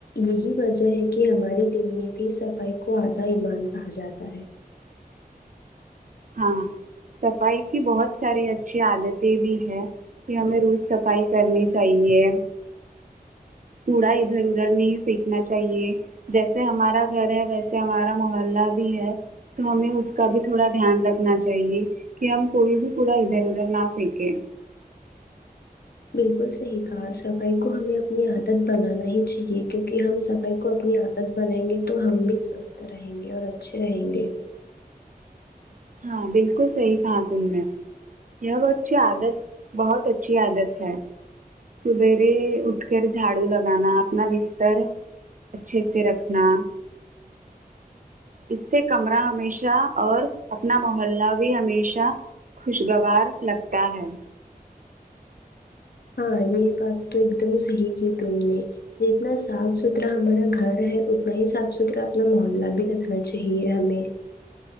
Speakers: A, on the left; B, on the right.
A: یہی وجہ ہے کہ ہمارے دین میں بھی صفائی کو آدھا ایمان کہا جاتا ہے
B: ہاں صفائی کی بہت ساری اچھی عادتیں بھی ہے کہ ہمیں روز صفائی کرنی چاہیے کوڑا ادھر ادھر نہیں فینکنا چاہیے جیسے ہمارا گھر ہے ویسے ہمارا محلہ بھی ہے تو ہمیں اس کا بھی تھوڑا دھیان رکھنا چاہیے کہ ہم کوئی بھی کوڑا ادھر ادھر نہ پھینکے
A: بالکل صحیح کہا صفائی کو ہمیں اپنی عادت بنانا ہی چاہیے کیونکہ ہم صفائی کو اپنی عاد دت بنائیں گے تو ہم بھی سوستھ رہیں گے اور اچھے رہیں گے
B: ہاں بالکل صحیح کہا تم نے یہ بت اچھی عادت بہت اچھی عادت ہے سبیرے اٹھ کر جھاڑو لگانا اپنا بستر اچھے سے رکھنا اس سے کمرہ ہمیشہ اور اپنا موحلہ بھی ہمیشہ خوشگوار لگتا ہے
A: ہاں یہ بات تو ایک دم صحیح کی تم نے جتنا صاف ستھرا ہمارا گھر ہے اتنا ہی صاف ستھرا اپنا محلہ بھی رکھنا چاہیے ہمیں